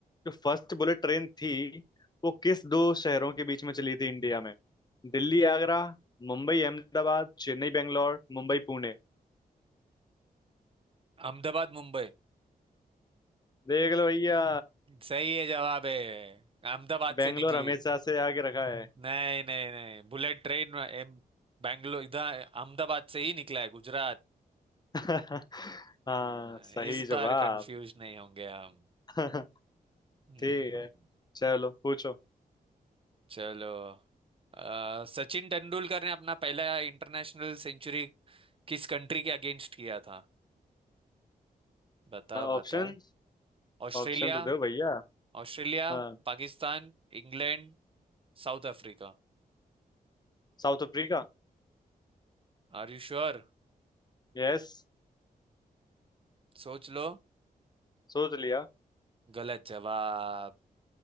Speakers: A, on the left; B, on the right.
A: जो फर्स्ट बुलेट ट्रेन थी वो किस दो शहरों के बीच में चली थी इंडिया में दिल्ली आगरा मुंबई अहमदाबाद चेन्नई बेंगलोर मुंबई पुणे
B: अहमदाबाद मुंबई
A: देख लो भैया
B: सही है जवाब है अहमदाबाद
A: बेंगलोर
B: से निकली
A: हमेशा
B: है
A: से आगे रखा है
B: नहीं नहीं नहीं बुलेट ट्रेन में एम- बैंगलोर इधर अहमदाबाद से ही निकला है गुजरात
A: <laughs> हाँ
B: अ,
A: सही
B: इस
A: जवाब
B: बार कंफ्यूज नहीं होंगे हम
A: <laughs>
B: हम्म,
A: ठीक है चलो पूछो
B: चलो अ, सचिन तेंदुलकर ने अपना पहला इंटरनेशनल सेंचुरी किस कंट्री के अगेंस्ट किया था बताओ बताओ
A: ऑप्शन
B: Australia
A: ऑप्शन तो दो भैया
B: Australia
A: हाँ
B: Pakistan England South Africa
A: साउथ अफ्रीका
B: Are you sure
A: यस
B: सोच लो
A: सोच लिया
B: गलत जवाब